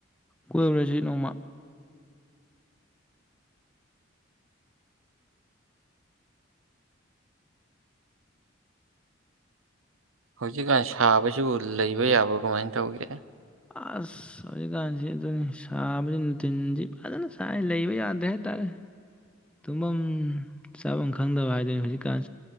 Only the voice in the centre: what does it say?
ꯀꯣꯏꯔꯨꯔꯁꯤ ꯅꯣꯡꯃ
ꯑꯁ ꯍꯧꯖꯤꯛꯀꯥꯟꯁꯤ ꯑꯗꯨꯅꯤ ꯁꯥꯕꯁꯤ ꯅꯨꯡꯊꯤꯟꯁꯤ ꯐꯖꯅ ꯁ ꯂꯩꯕ ꯌꯥꯗꯦ ꯍꯥꯏꯇꯥꯥꯔꯦ ꯇꯨꯝꯐꯝ ꯆꯥꯐꯝ ꯈꯪꯗꯕ ꯍꯥꯏꯗꯣꯏꯅꯤ ꯍꯧꯖꯤꯛꯀꯥꯟ